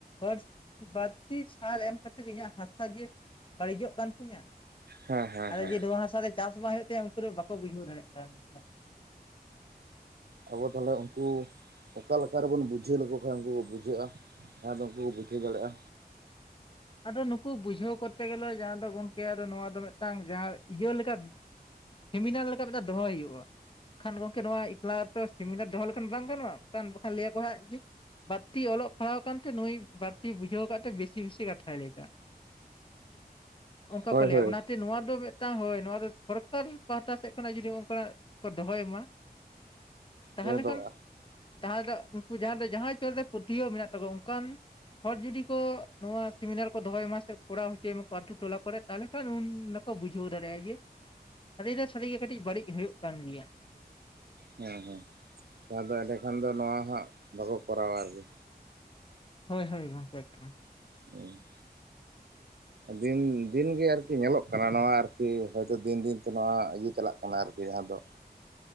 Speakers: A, on the left; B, on the right.
A: ᱵᱟᱹᱲ ᱵᱟᱹᱲᱛᱤ ᱥᱟᱨ ᱮᱢᱟᱹᱛᱤᱨ ᱤᱧᱟᱹᱜ ᱦᱟᱥᱟ ᱡᱮ ᱵᱟᱹᱲᱤᱡᱚᱜ ᱠᱟᱱ ᱛᱤᱧᱟᱹ
B: ᱦᱮᱸ ᱦᱮᱸ
A: ᱟᱫᱚ
B: ᱦᱮᱸ
A: ᱡᱮ ᱱᱚᱶᱟ ᱦᱟᱥᱟ ᱨᱮ ᱪᱟᱥ ᱵᱟᱝ ᱦᱩᱭᱩᱜ ᱛᱟᱭᱟ ᱩᱱᱠᱩ ᱫᱚ ᱵᱟᱠᱚ ᱵᱩᱡᱷᱟᱹᱣ ᱫᱟᱲᱮᱭᱟᱜ ᱠᱟᱱᱟ <unintelligible>
B: ᱟᱵᱚ ᱛᱟᱦᱚᱞᱮ ᱩᱱᱠᱩ ᱚᱠᱟ ᱞᱮᱠᱟ ᱨᱮᱵᱚᱱ ᱵᱩᱡᱷᱟᱹᱣ ᱞᱮᱠᱚ ᱠᱷᱟᱱ ᱩᱱᱠᱩ ᱠᱚ ᱵᱩᱡᱷᱟᱹᱜ-ᱟ? ᱱᱚᱶᱟᱫᱚ ᱩᱱᱠᱩ ᱠᱚ ᱵᱩᱡᱷᱟᱹᱣ ᱫᱟᱲᱮᱜ-ᱟ
A: ᱟᱫᱚ ᱱᱩᱠᱩ ᱵᱩᱡᱷᱟᱹᱣ ᱠᱚᱨᱛᱮ ᱜᱮᱞᱚ ᱡᱟᱦᱟᱸ ᱫᱚ ᱜᱚᱝᱠᱮ ᱟᱫᱚ ᱱᱚᱣᱟ ᱫᱚ ᱢᱤᱫᱴᱟᱝ ᱡᱟᱦᱟᱸ ᱤᱭᱟᱹ ᱞᱮᱠᱟ ᱥᱮᱢᱤᱱᱟᱨ ᱞᱮᱠᱟ ᱢᱤᱫᱴᱟᱱ ᱫᱚᱦᱚᱭ ᱦᱩᱭᱩᱜ-ᱟ ᱠᱷᱟᱱ ᱜᱚᱝᱠᱮ ᱱᱚᱣᱟ ᱮᱠᱞᱟ ᱨᱮᱛᱚ ᱥᱮᱢᱤᱱᱟᱨ ᱫᱚᱦᱚ ᱞᱮᱠᱷᱟᱱ ᱵᱟᱝ ᱜᱟᱱᱚᱜ-ᱟ ᱵᱟᱠᱷᱟᱱ ᱞᱟᱹᱭᱟᱠᱚ ᱦᱟᱸᱜ ᱡᱮ ᱵᱟᱹᱲᱛᱤ ᱚᱞᱚᱜ ᱯᱟᱲᱦᱟᱣ ᱠᱟᱱᱛᱮ ᱱᱩᱭ ᱵᱟᱹᱲᱛᱤ ᱵᱩᱡᱷᱟᱹᱣ ᱟᱠᱟᱫ ᱛᱮ ᱵᱮᱥᱤ ᱵᱮᱥᱤ ᱠᱟᱛ ᱾ ᱛᱷᱟᱭ ᱞᱟᱹᱭ ᱟᱠᱟᱜᱼᱟ <inaudible> ᱚᱱᱠᱟ
B: ᱦᱳᱭ
A: ᱠᱚ ᱞᱟᱹᱭᱟ
B: ᱦᱳᱭ
A: ᱚᱱᱟᱛᱮ ᱱᱚᱣᱟ ᱫᱚ ᱛᱟ ᱦᱳᱭ ᱱᱚᱣᱟ ᱫᱚ ᱥᱚᱨᱠᱟᱨᱤ ᱯᱟᱦᱟᱴᱟ ᱥᱮᱫ ᱠᱷᱚᱱᱟᱜ ᱡᱩᱫᱤ ᱚᱱᱠᱟᱱᱟᱜ ᱠᱚ ᱫᱚᱦᱚᱭ ᱢᱟ ᱾ ᱛᱟᱦᱚᱞᱮ
B: ᱡᱟᱦᱟᱸ ᱫᱚ
A: ᱠᱷᱟᱱ ᱛᱟᱦᱞᱮ ᱩᱱᱠᱩ ᱡᱟᱦᱟ ᱫᱚ ᱡᱟᱦᱟᱭ ᱪᱚᱞᱨᱮ ᱯᱟᱹᱛᱭᱟᱹᱣ ᱢᱮᱱᱟᱜ ᱛᱟᱠᱚᱣᱟ ᱚᱱᱠᱟᱱ ᱾ ᱦᱚᱲ ᱡᱩᱫᱤ ᱠᱚ ᱱᱚᱣᱟ- ᱥᱮᱢᱤᱱᱟᱨ ᱠᱚ ᱫᱚᱦᱚᱭ ᱢᱟ ᱥᱮ ᱠᱚᱨᱟᱣ ᱦᱚᱪᱚᱭ ᱢᱟᱠᱚ ᱟᱛᱩ ᱴᱚᱞᱟ ᱠᱚᱨᱮ ᱛᱟᱦᱚᱞᱮ ᱠᱷᱟᱱ ᱩᱱᱫᱚ ᱵᱩᱡᱷᱟᱹᱣ ᱫᱟᱲᱮᱭᱟᱜᱼᱟ ᱡᱮ ᱥᱟᱹᱨᱤ ᱫᱚ ᱥᱟᱹᱨᱤᱜᱮ ᱠᱟᱹᱴᱤᱡ ᱵᱟᱹᱲᱤᱡ ᱦᱳᱭᱳᱜ ᱠᱟᱱ ᱜᱮᱭᱟ᱾
B: ᱦᱮᱸ ᱦᱮᱸ ᱡᱟᱦᱟᱸ ᱫᱚ ᱮᱸᱰᱮ ᱠᱷᱟᱱ ᱫᱚ ᱱᱚᱣᱟ ᱦᱟᱸᱜ ᱵᱟᱠᱚ ᱠᱚᱨᱟᱣᱟ ᱟᱨᱠᱤ᱾
A: ᱦᱳᱭ ᱦᱳᱭ ᱜᱚᱝᱠᱮ ᱮᱠ ᱾
B: ᱦᱩᱸ
A: <unintelligible>
B: ᱫᱤᱱ ᱫᱤᱱᱜᱮ ᱟᱨᱠᱤ ᱧᱮᱞᱚᱜ ᱠᱟᱱᱟ ᱱᱚᱣᱟ ᱟᱨᱠᱤ ᱦᱚᱭᱛᱳ ᱫᱤᱱ ᱫᱤᱱᱛᱮ ᱱᱚᱣᱟ ᱤᱭᱟᱹ ᱪᱟᱞᱟᱜ ᱠᱟᱱᱟ ᱟᱨᱠᱤ ᱡᱟᱦᱟᱸ ᱫᱚ
A: <inaudible>
B: ᱾